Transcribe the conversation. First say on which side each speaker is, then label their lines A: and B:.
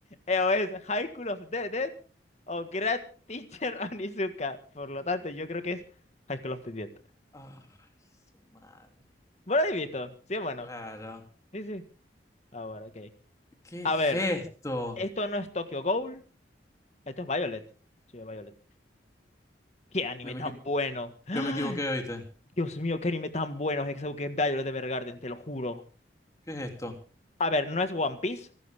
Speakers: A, on the left (about 40°); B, on the left (about 20°).
A: eh, o es High School of the Dead o Great Teacher <laughs> Onizuka. Por lo tanto, yo creo que es High School of the Dead.
B: Ay, su madre.
A: Bueno, ahí visto. Sí, bueno.
B: Claro.
A: Sí, sí. Ah, bueno, ok.
B: ¿Qué
A: A
B: es
A: ver,
B: esto?
A: esto no es Tokyo Ghoul, esto es Violet. Sí, es Violet. ¡Qué anime
B: Yo me
A: tan
B: equivo-
A: bueno! ¡Ay!
B: Yo me equivoqué, ¿oíste?
A: Dios mío, qué anime tan bueno es ese que es Violet Evergarden, te lo juro.
B: ¿Qué es esto?
A: A ver, no es One Piece,